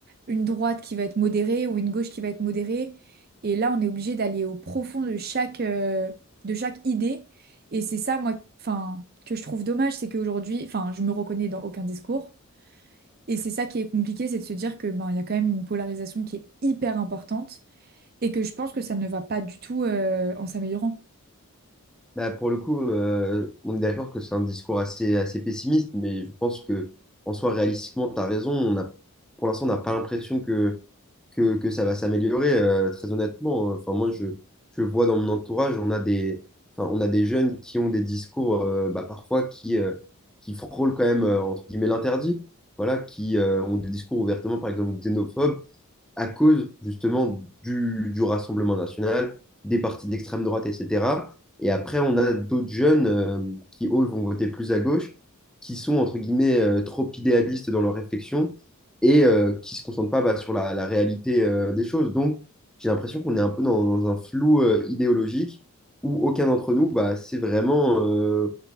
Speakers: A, on the right; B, in the centre.
A: une droite qui va être modérée ou une gauche qui va être modérée. Et là, on est obligé d'aller au profond de chaque, euh, de chaque idée. Et c'est ça, moi, enfin, que je trouve dommage, c'est qu'aujourd'hui, enfin, je me reconnais dans aucun discours. Et c'est ça qui est compliqué, c'est de se dire que ben, il y a quand même une polarisation qui est hyper importante et que je pense que ça ne va pas du tout, euh, en s'améliorant.
B: Bah, pour le coup, euh, on est d'accord que c'est un discours assez, assez pessimiste, mais je pense que en soi, réalistiquement, tu as raison. On a, pour l'instant, on n'a pas l'impression que, que, que ça va s'améliorer, euh, très honnêtement. Enfin, moi, je, je vois dans mon entourage, on a des, enfin, on a des jeunes qui ont des discours euh, bah, parfois qui, euh, qui frôlent quand même, euh, entre guillemets, l'interdit. Voilà, qui euh, ont des discours ouvertement, par exemple, xénophobes, à cause justement du, du Rassemblement national, des partis d'extrême droite, etc. Et après, on a d'autres jeunes euh, qui, eux, vont voter plus à gauche, qui sont, entre guillemets, euh, trop idéalistes dans leur réflexion et euh, qui ne se concentrent pas bah, sur la, la réalité euh, des choses. Donc, j'ai l'impression qu'on est un peu dans, dans un flou euh, idéologique où aucun d'entre nous, bah, c'est vraiment euh,